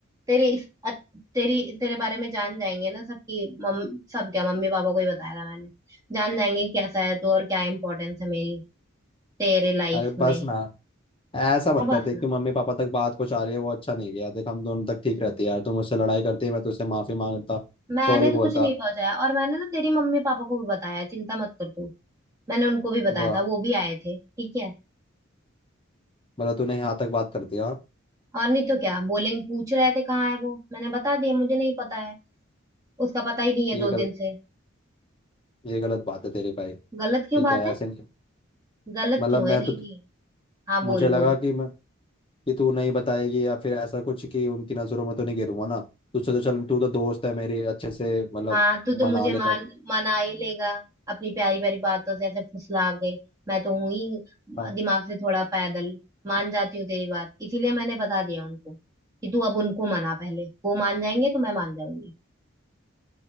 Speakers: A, on the right; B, on the left.
A: तेरे इस अत- तेरी तेरे बारे में जान जाएंगे ना सब कि मम, सब क्या मम्मी पापा को ही बताया था मैंने जान जाएंगे कि कैसा है तू और क्या इम्पोर्टेंस है मेरी तेरे लाइफ
B: अरे बस
A: में
B: ना ऐसा मत
A: अब बस
B: करते कि मम्मी पापा तक बात कुछ आ रही है वो अच्छा नहीं गया देख हम दोनों तक ठीक रहती है यार तू मुझसे लड़ाई करती है मैं तुझसे माफी मांगता
A: मैंने
B: सॉरी
A: तो कुछ
B: बोलता
A: नहीं पहुंचाया और मैंने ना तेरी मम्मी पापा को भी बताया चिंता मत कर तू मैंने उनको भी बताया
B: वाह
A: था वो भी आए थे ठीक है
B: मतलब तूने यहाँ तक बात कर दिया हाँ,
A: और नहीं तो क्या बोलेंगे पूछ रहे थे कहाँ है वो मैंने बता दिया मुझे नहीं पता है उसका पता ही नहीं है
B: ये
A: दो
B: गलत
A: दिन से
B: ये गलत बात है तेरी भाई
A: गलत
B: ठीक
A: क्यों बात
B: है
A: है
B: ऐसे नहीं
A: गलत
B: मतलब
A: क्यों
B: मैं
A: है नहीं
B: तो
A: नहीं हाँ बोल
B: मुझे लगा
A: बोल
B: कि मैं कि तू नहीं बताएगी या फिर ऐसा कुछ कि उनकी नज़रों में तो नहीं गिरूंगा ना तुझसे तो चल तू तो दोस्त है मेरी अच्छे से मतलब
A: हाँ तू तो
B: मना
A: मुझे
B: लेता
A: मान मना ही लेगा अपनी प्यारी प्यारी बातों से ऐसे फुसला के मैं तो हूं ही
B: हाँ
A: दिमाग से थोड़ा पैदल मान जाती हूँ तेरी बात इसीलिए मैंने बता दिया उनको कि तू अब उनको मना पहले वो मान जाएंगे तो मैं मान जाऊंगी